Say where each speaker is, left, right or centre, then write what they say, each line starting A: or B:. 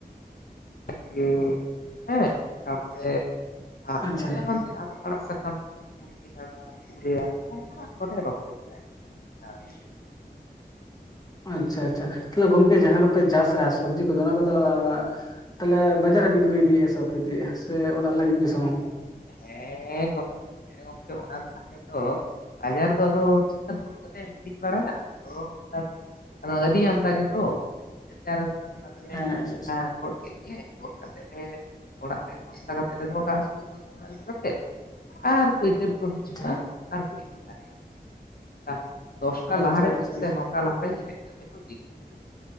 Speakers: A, on the left; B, on the left.
A: ᱡᱷᱤᱸᱜᱟᱹ ᱦᱮᱸ, ᱛᱟᱯᱚᱨᱮ ᱟᱨ
B: ᱟᱪᱪᱷᱟ
A: ᱮᱢᱟᱱ ᱛᱮᱱᱟ ᱟᱨᱚ ᱟᱲᱟᱜ ᱥᱟᱠᱟᱢ ᱾ ᱠᱩᱲᱢᱤ ᱟᱲᱟᱜ, ᱯᱩᱨᱟᱹᱭ ᱟᱲᱟᱜ, ᱚᱱᱠᱟᱱᱟᱜ ᱠᱚᱞᱮ ᱨᱚᱦᱚᱭ ᱵᱟᱲᱟᱭ ᱜᱮᱭᱟ ᱾
B: ᱟᱪᱪᱷᱟ ᱟᱪᱪᱷᱟ, ᱛᱟᱦᱞᱮ ᱜᱚᱝᱠᱮ ᱡᱟᱦᱟᱸ ᱠᱚᱯᱮ ᱪᱟᱥᱟ ᱥᱚᱵᱽᱡᱤ ᱠᱚᱫᱚ ᱚᱱᱟ ᱠᱚᱫᱚ ᱛᱟᱦᱚᱞᱮ ᱵᱟᱡᱟᱨ ᱦᱟᱹᱵᱤᱡ ᱫᱚᱯᱮ ᱤᱫᱤᱭᱟ ᱥᱮ ᱵᱟᱯᱮ ᱤᱫᱤᱭᱟ, ᱥᱮ ᱚᱲᱟᱜ ᱞᱟᱹᱜᱤᱫ ᱜᱮ ᱥᱩᱢᱩᱝ?
A: ᱦᱮᱸᱻ ᱜᱚᱝᱠᱮ, ᱦᱮᱸ ᱜᱚᱝᱠᱮ ᱚᱱᱟ ᱫᱚ ᱦᱟᱸᱜ ᱟᱞᱮ ᱫᱚ ᱵᱟᱡᱟᱨ ᱨᱮᱫᱚ ᱟᱫᱚ ᱪᱮᱜᱠᱟ ᱫᱩᱲᱩᱵ ᱠᱟᱛᱮᱜ ᱟᱹᱠᱷᱨᱤᱧ ᱵᱟᱲᱟᱭᱟ, ᱚᱫᱚ ᱚᱱᱠᱟ ᱫᱚ ᱟᱫᱚ ᱟᱹᱰᱤ ᱟᱢᱫᱟ ᱜᱮᱫᱚ <unintelligible> ᱟᱞᱮ ᱫᱚ ᱦᱟᱸᱜ ᱚᱱᱟ ᱫᱚᱞᱮ
B: ᱦᱮᱸ ᱟᱪᱪᱷᱟ
A: ᱮ ᱜᱚᱫ ᱠᱮᱜ ᱜᱮ, ᱜᱚᱫ ᱠᱟᱛᱮᱜ ᱞᱮ ᱚᱲᱟᱜ ᱨᱮ ᱵᱚᱥᱛᱟ ᱠᱟᱛᱮᱜ ᱞᱮ ᱫᱚᱦᱚ ᱠᱟᱜᱼᱟ ᱥᱩᱫᱩ ᱚᱲᱜᱟ ᱟᱹᱜᱩ ᱠᱟᱛᱮᱜ, ᱟᱨ ᱯᱟᱹᱭᱠᱟᱹᱨ ᱠᱚ ᱦᱤᱡᱩᱜᱼᱟ
B: ᱟᱪᱪᱷᱟ
A: ᱟᱨᱠᱚ ᱤᱫᱤ ᱛᱟᱞᱮᱭᱟ, ᱫᱚᱥᱴᱟ
B: ᱟᱪᱪᱷᱟ
A: ᱞᱟᱦᱟ ᱨᱮᱜᱮ
B: ᱟᱪᱪᱷᱟ ᱟᱪᱪᱷᱟ
A: ᱥᱮ ᱱᱚ ᱴᱟ ᱞᱟᱦᱟ ᱨᱮ ᱜᱮ ᱦᱮᱡ ᱠᱟᱛᱮᱜ ᱠᱚ ᱤᱫᱤ ᱜᱚᱜ ᱠᱟᱛᱟᱞᱮᱭᱟ